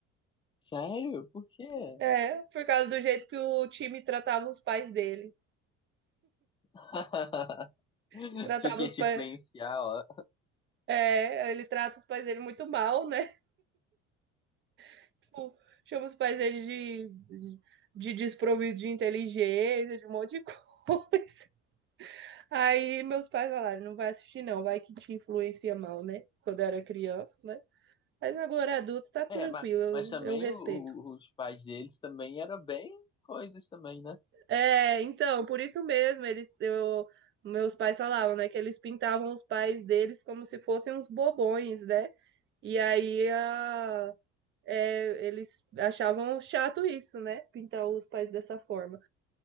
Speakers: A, on the left; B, on the right.
A: Sério? Por quê?
B: É, por causa do jeito que o time tratava os pais dele.
A: <laughs> Achei
B: E tratava
A: que
B: os
A: ia te
B: pais.
A: influenciar, ó.
B: É, ele trata os pais dele muito mal, né? <laughs> Tipo, chama os pais dele de, de desprovido de inteligência, de um monte de <laughs> coisa. Aí meus pais falaram: não vai assistir, não, vai que te influencia mal, né? Quando eu era criança, né? Mas agora adulto tá tranquilo,
A: É, mas,
B: eu,
A: mas também
B: eu respeito.
A: o- o- os pais deles também eram bem coisas também, né?
B: É, então, por isso mesmo, eles, eu, meus pais falavam, né, que eles pintavam os pais deles como se fossem uns bobões, né? E aí a, é, eles achavam chato isso, né? Pintar os pais dessa forma.